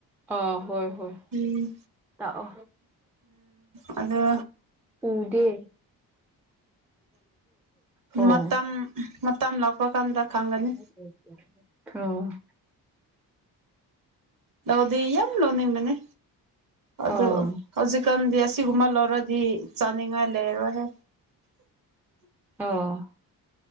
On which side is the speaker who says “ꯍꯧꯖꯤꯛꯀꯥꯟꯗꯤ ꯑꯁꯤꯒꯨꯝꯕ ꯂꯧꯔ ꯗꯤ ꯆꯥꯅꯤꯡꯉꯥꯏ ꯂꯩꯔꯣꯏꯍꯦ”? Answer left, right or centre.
Right